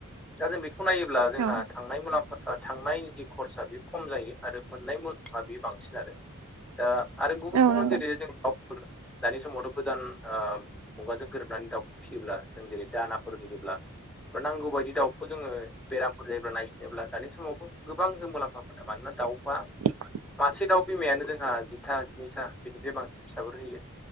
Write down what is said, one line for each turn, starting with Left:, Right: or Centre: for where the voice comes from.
Centre: दा जों बेखौ नायोब्ला जोंहा
Right: औ
Centre: थांनाय मुलाफा थांनाय जि खरसा बे खम जायो आरो मोननाय मुलाम्फा बे बांसिन आरो। दा आरो गुबुन
Right: औ
Centre: गुबुन
Right: नंगौ
Centre: जेरै जोंफोर दानि समावथ' गोदान ओ मुगाजों गोरोबनानै दाउखौ फिसियोब्ला जों जेरै दानाफोर होयोब्ला नांगौ बायदि दाउखौ जोङो बेरामफोर जायोब्ला नायफिनोब्ला दानि समावबो गोबां जों मुलाम्फा मोनो मानोना दाउ
Right: <inaudible>
Centre: मासे दाउ बिमायानो जोंहा जिथा जिनैथा बिनिफ्राय बांसिन फिसाफोर होयो।